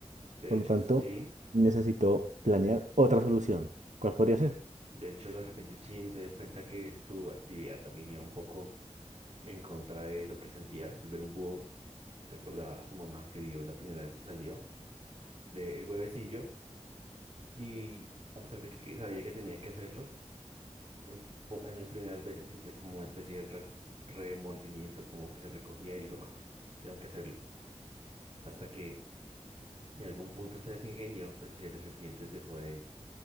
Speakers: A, on the right (about 55°); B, on the right (about 85°).
A: De
B: Por
A: hecho,
B: lo tanto,
A: sí.
B: necesitó planear otra solución. ¿Cuál podría ser?
A: De hecho, la serpiente Chin se dio cuenta que su actividad también iba un poco en contra de lo que sentía. Al ver un búho, recordaba a su mamá que vio la primera vez que salió del huevecillo. Y a pesar de que que sabía que tenía que hacerlo, en, po- en las primeras veces sintió como una especie de re- remordimiento, como que se recogía y dijo, "Ah, tengo que hacerlo. Hasta que en algún punto se les ingenió, la sociedad de serpientes dejó de,